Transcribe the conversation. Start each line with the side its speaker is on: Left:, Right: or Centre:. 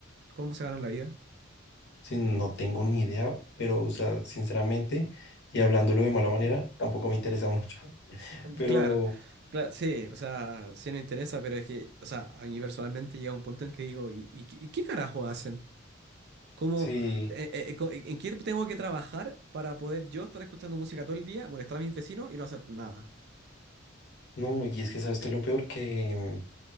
Right: ¿Cómo se ganan la vida?
Left: sí, no tengo ni idea, pero, o sea, sinceramente, y hablándolo de mala manera, tampoco me interesa mucho. <laughs> Pero
Right: Claro, claro, sí, o sea, sí nos interesa, pero es que, o sea, a mí personalmente llega un punto en que digo, ¿y, y qué y qué carajo hacen? ¿Cómo,
Left: sí,
Right: eh, eh, eh, co- eh, en qué tengo que trabajar para poder yo estar escuchando música todo el día, molestar a mis vecinos y no hacer nada?
Left: no, y es que sabes que lo peor que.